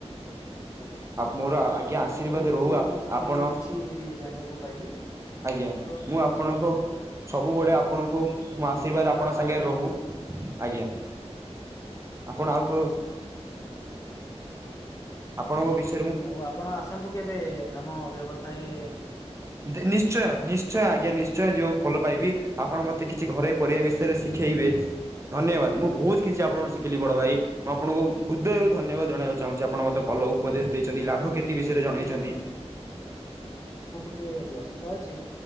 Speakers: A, on the left; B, on the right.
A: ଆଜ୍ଞା
B: ଆ' ମୋର ଆଜ୍ଞା ଆଶୀର୍ବାଦ
A: ଆପଣଙ୍କଠୁ
B: ରହୁ, ଆ
A: ମଧ୍ୟ
B: ଆପଣ
A: ମୁଁ କିଛି ଜାଣିବାକୁ ପାଇଲି।
B: ଆଜ୍ଞା
A: ତ
B: ମୁଁ ଆପଣଙ୍କ ସବୁବେଳେ
A: ମୁଁ
B: ଆପଣଙ୍କୁ ମୁଁ ଆଶୀର୍ବାଦ ଆପଣଙ୍କ
A: ପାଇଁ ପ୍ରାର୍ଥନା
B: ସାଙ୍ଗରେ ରହୁ
A: କରୁଛି।
B: ଆଜ୍ଞା। ଆପଣ ଆଉ କୋ, ଆପଣଙ୍କ ବିଷ
A: ଆଉ' ଆପଣ ଆସନ୍ତୁ କେବେ, ଆମ ବ୍ୟବସାୟେ
B: ଦି, ନିଶ୍ଚୟ ନିଶ୍ଚୟ, ଆଜ୍ଞା' ନିଶ୍ଚୟ ଯିବାକୁ ଭଲ ପାଇବି। ଆ ଆପଣ ମତେ କିଛି ଘରୋଇ ପରିବା ବିଷୟରେ, ଶିଖେଇବେ? ଧନ୍ୟବାଦ
A: ଆଜ୍ଞା
B: ମୁଁ ବହୁତ କିଛି ଆପଣଙ୍କଠୁ ଶି ଥିଲି ବଡ ଭାଇ, ମୁଁ ଆଣଙ୍କୁ ହୃଦୟରୁ ଧନ୍ୟବାଦ ଜଣାଇକୁ ଚାହୁଁଛି, ଆପ ଆପଣ ମତେ ଭଲ ଉପଦେଶ ଦେଇଛନ୍ତି। ଲାଭ, କ୍ଷତି ବିଷୟରେ
A: ଆଜ୍ଞା
B: ଜଣେଇଛନ୍ତି।
A: କେ ବ୍ୟସ୍ତ ଅଛି,